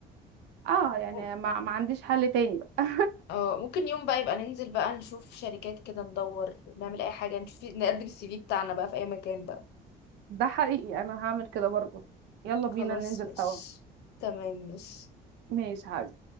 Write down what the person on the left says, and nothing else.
م-
اه ممكن يوم بقى يبقى ننزل بقى نشوف شركات كده ندور نعمل اي حاجه نشوف نقدم السي في بتاعنا بقى في اي مكان بقى
خلاص
مش
تمام مش